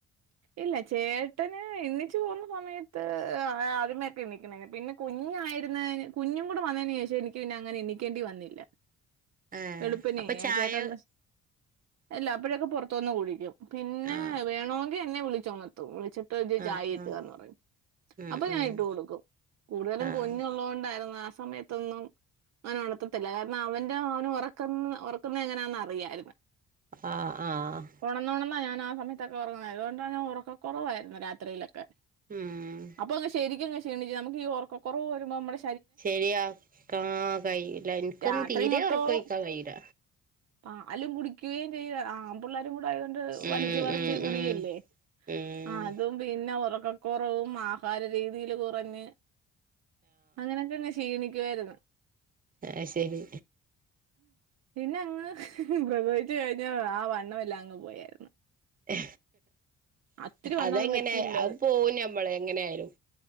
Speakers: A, on the right; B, on the right.
A: ഇല്ല ചേട്ടന് എണ്ണിച്ചു പോന്ന സമയത്ത് ആദ്യമെക്കെ എണിക്കണേന്ന് പിന്നെ കുഞ്ഞായിരുന്ന കുഞ്ഞും കൂടെ വന്നേന് ശേഷം എനിക്ക് പിന്നെ അങ്ങനെ എണിക്കേണ്ടി വന്നില്ല
B: ഏഹ്
A: വെളുപ്പിനെ
B: അപ്പൊ ചായ
A: ചേട്ട എന്താ അല്ല അപ്പഴൊക്കെ പുറത്തൂന്ന് കുടിക്കും പിന്നെ
B: ആഹ്
A: വേണോ എന്നെ വിളിച്ചൊണർത്തും വിളിച്ചി ട്ട് ഞ്ചി
B: ആഹ്
A: ചായെട്ട്
B: ആഹ്
A: താന്ന് പറയും
B: ഉം
A: അപ്പൊ
B: ഉം
A: ഞാൻ ഇട്ട് കൊടുക്കും കൂടുതലും
B: ആഹ്
A: കുഞ്ഞുള്ളോണ്ടാർന്ന് ആ സ് സമയത്തൊന്നും അങ്ങനെ ഉണർത്തത്തില്ല കാരണം അവന്റെ അവന ഉറക്കുന്ന ഉറക്കുന്ന എങ്ങനാന്ന് അറിയാര്ന്ന്
B: ആഹ് ആഹ്
A: ഉണന്ന ഉണന്ന് ഞാൻ ആ ന്ട്ടൊക്കെ ഉറങ്ങ അതുകൊണ്ട ഞാൻ ഉറക്ക കുറവായിര്ന്ന് രാത്രിയിലൊക്കെ
B: ഉം
A: അപ്പൊ ഇങ്ങ ശരിക്കുംങ്ങ ഷീണിച് നമക്ക് ഈ ഒറക്ക കുറവ് വരുമ്പ നമ്മടെ
B: ശരിയാക്കാ കഴയില്ല എനിക്കൊന്നും
A: രാത്രി
B: തീരെ
A: മൊത്തവും
B: ഉറക്കോഴിക്കാൻ കയീല
A: പാലും കുടിക്ക ചെയ ആ പിള്ളോരും കൂടെ ആതൊണ്ട് വലിച്ചു
B: ഉം
A: പറിച്ച്
B: ഉം
A: കുടിക്കും
B: ഉം
A: ലെ
B: ഉം
A: അതും പിന്നെ ഒറ ക്ക കുറവും ആഹാര രീതയിൽ കുറഞ്ഞ് അങ്ങനെയൊക്കെ അങ്ങെ ഷീണിച് ക്ക് വാർന്ന്
B: ആഹ ശരി
A: പിന്നെ അങ്ങ് പ്രസവിച് കഴിഞ്ഞ ആ വണ്ണമ എല്ലാം അങ്ങ് പോയായിരുന്നു
B: ഏ
A: അത്തിരി വണ്ണമൊന്നും
B: അതെങ്ങനെ
A: വെച്ചില്ല
B: അ പോകും മ്മള എങ്ങനൊയലും